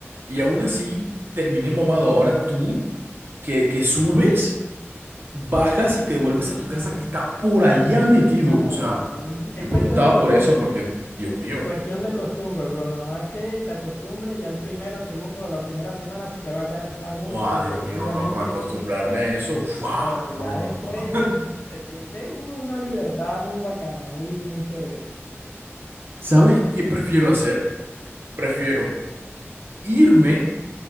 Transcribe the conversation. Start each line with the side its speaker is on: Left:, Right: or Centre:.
Right: Y aún así,
Left: Sí.
Right: terminé mamado. Ahora tú, que, que subes, bajas y te devuelves a tu casa que está por allá metido.
Left: No,
Right: O sea,
Left: es
Right: yo
Left: cuestión
Right: preguntaba
Left: de costumbre.
Right: por eso porque, Dios mío.
Left: Cuestión de costumbre, bro. Nada más que te acostumbres ya el primero, segundo o la primera semana si te va a cansar mucho
Right: ¡Wow,
Left: porque
Right: Dios mío,
Left: obviamente
Right: bro! Por acostumbrarme
Left: es... uf,
Right: a eso. ¡Wow!
Left: Pero
Right: No,
Left: ya después
Right: no, no. <laughs>
Left: se siente uno una libertad muy bacana, muy, muy chévere.
Right: ¿Sabes qué prefiero hacer? Prefiero irme.